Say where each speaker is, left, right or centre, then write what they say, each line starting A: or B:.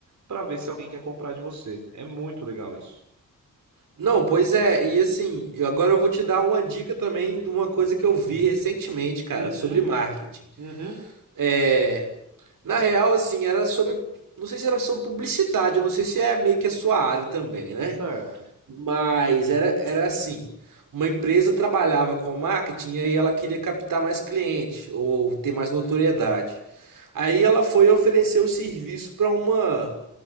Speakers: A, on the right; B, on the right.
A: para ver se alguém quer comprar de você. É muito legal isso.
B: Não, pois é, e assim, eu agora eu vou te dar uma dica também de uma coisa que eu vi recentemente, cara,
A: Uhum,
B: sobre marketing.
A: uhum,
B: É, Na real, assim, era sobre, não sei se era sobre publicidade, não sei se é meio que a sua área também, né?
A: certo,
B: Mas era, era assim, uma empresa trabalhava com marketing e aí ela queria captar mais cliente ou ter mais notoriedade. Aí ela foi oferecer o serviço para uma,